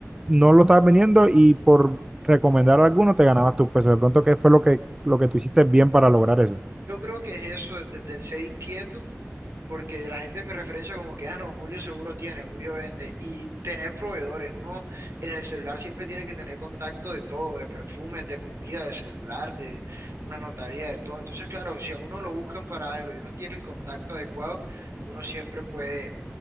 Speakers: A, on the right; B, on the right.
A: no lo estabas vendiendo y por recomendar a alguno te ganabas tus pesos. De pronto, ¿qué fue lo que, lo que tú hiciste bien para lograr eso?
B: Yo creo que es eso de- del ser inquieto, porque la gente me referencia como que, ah, no, Julio seguro tiene, Julio vende, y tener proveedores. Uno en el celular siempre tiene que tener contacto de todo, de perfumes, de comida, de celular, de una notaría, de todo. Entonces, claro, si a uno lo buscan para algo y uno tiene el contacto adecuado, uno siempre puede